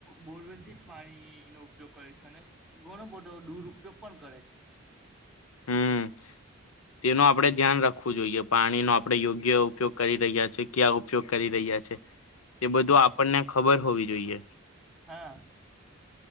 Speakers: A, in the centre; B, on the left (about 75°).
A: બોરવેલ થી જ પાણીનો ઉપયોગ કરે છે અને ઘણો બધો દુરપયોગ પણ કરે છે.
B: હમ્મ તેનું આપડે ધ્યાન રાખવું જોઈએ પાણીનો આપ પડે યોગ્ય ઉપયોગ કરી રહ્યા છે ક્યાં ઉપયોગ કરી રહ્યા છે્ એ બધું આપણને ખબર હોવી જોઈએ.
A: હા